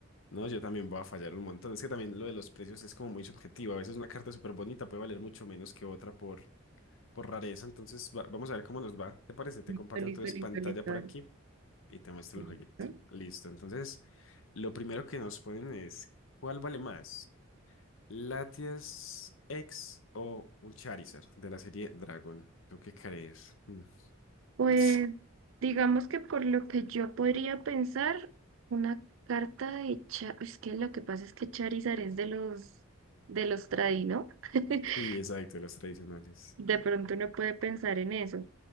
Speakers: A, on the left; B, on the right.
A: No, yo también voy a fallar un montón. Es que también lo de los precios es como muy subjetivo. A veces una carta súper bonita puede valer mucho menos que otra por, por rareza. Entonces, va- vamos a ver cómo nos va. ¿Te parece? Te
B: Listo,
A: comparto
B: listo,
A: entonces
B: listo,
A: pantalla
B: listo.
A: por
B: dale.
A: aquí y te muestro
B: Listo.
A: el jueguito. Listo. Entonces, lo primero que nos ponen es, ¿cuál vale más? ¿Latias X o un Charizard de la serie Dragon? ¿Tú qué crees? Mm.
B: Pues
A: <laughs>
B: digamos que por lo que yo podría pensar, una carta de Char, es que lo que pasa es que Charizard es de los de los tradi, ¿no? <laughs>
A: Sí, exacto, los tradicionales.
B: De pronto uno puede pensar en eso,